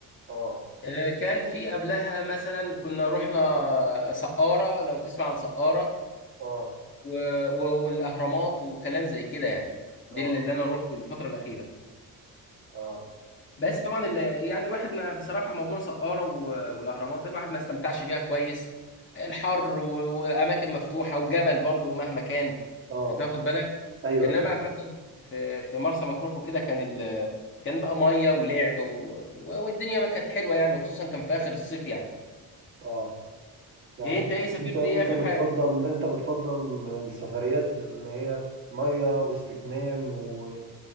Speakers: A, on the right; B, on the left.
A: اه
B: آه، كان في قبلها مثلا كنا رحنا سقاره لو تسمع عن سقاره
A: اه
B: و- و- والاهرامات وكلام زي كده يعني دي
A: اه
B: اللي اللي انا روحته الفتره الاخيره
A: اه
B: بس طبعا ال- يعني الواحد ما بصراحه موضوع سقاره و- والاهرامات ده الواحد ما استمتعش بيها كويس الحر و- واماكن مفتوحه وجبل برضو مهما كان
A: اه
B: انت واخد بالك
A: ايوه
B: انما
A: ايوه
B: في مثلا في في مرسى مطروح وكده كان ال كان بقى ميه ولعب و... و- والدنيا كانت حلوه يعني وخصوصا كان في اخر الصيف يعني
A: اه يعني
B: ايه انت ايه سافرت
A: انت انت
B: ايه اخر
A: بتفضل
B: حاجه
A: انت بتفضل السفريات اللي هي مية واستجمام و